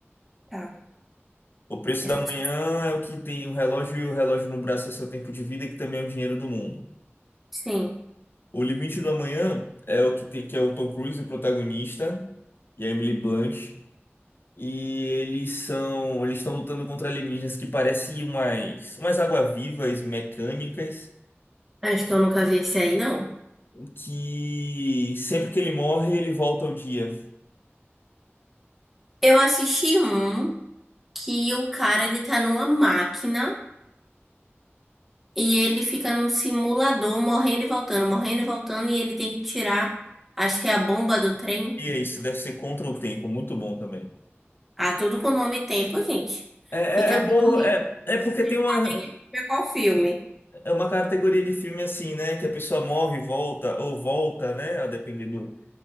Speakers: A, in the centre; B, on the left (about 55°).
A: Tá.
B: O Preço
A: Esse-
B: do Amanhã é o que tem o relógio e o relógio no braço é seu tempo de vida, que também é o dinheiro do mundo.
A: Sim.
B: O Limite do Amanhã é o que tem, que é o Tom Cruise, o protagonista, e a Emily Blunt. E eles são, eles estão lutando contra alienígenas que parecem umas, umas água-vivas mecânicas.
A: Acho que eu nunca vi esse aí, não.
B: que sempre que ele morre, ele volta ao dia.
A: Eu assisti um que o cara ele tá numa máquina e ele fica num simulador morrendo e voltando, morrendo e voltando, e ele tem que tirar, acho que é a bomba do trem.
B: E é isso, deve ser contra o tempo, muito bom também.
A: Ah, tudo com nome e tempo, gente.
B: É, é,
A: Fica
B: é
A: realmente
B: bom, é, é porque
A: difícil
B: tem uma,
A: ver qual filme,
B: é uma categoria de filme assim, né? Que a pessoa morre e volta, ou volta, né? A depender do,